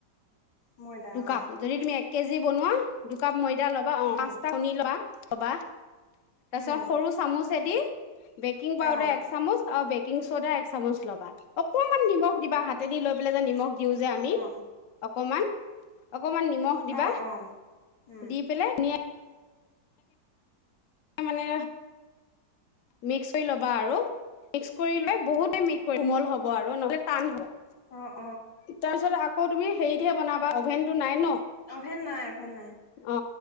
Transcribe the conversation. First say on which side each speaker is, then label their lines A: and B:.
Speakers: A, on the left; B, on the left.
A: <unintelligible>
B: ময়দা অ
A: কাপ, যদি তুমি এক কেজি, যি বনোৱা দুকাপ মই <unintelligible> ল'বা অ
B: উম
A: পাঁচটা কণী লবা লবা তাৰ
B: উম
A: পিছত সৰু চামুচ <unintelligible> বেকিং পউাৰ
B: অ
A: এক চামুচ আৰু বেকি বেকিং চ'দা এক চামুচ ল'বা, অকনমান নিমখ দিবা হাতেদি লৈ পেলাই যে নিমখ দিওঁ যে আমি
B: অ
A: অক মান অকমান নিমখ দিবা
B: অ অ উম
A: দি পেলাই ধুনিয়া মানে মিক্স কৰি ল'বা আৰু মিক্স কৰিলে বহুতে <unintelligible> কোমল হব হব আৰু নহলে টান হ'ব
B: উম
A: তাৰপিছত আকৌ আকৌ তুমি হেৰিতহে বনাব অভেনটো নাই ন?
B: অভেন নাই- অভেন নাই।
A: অ